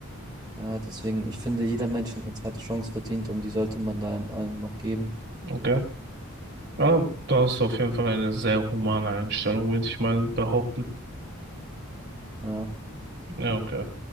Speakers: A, on the right; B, on the right.
A: Ja, deswegen, ich finde, jeder Mensch hat eine zweite Chance verdient und die sollte man dann allen noch geben.
B: Okay. Ja, da hast du auf jeden Fall eine sehr humane Einstellung, würde ich mal behaupten.
A: Ja.
B: Ja, okay.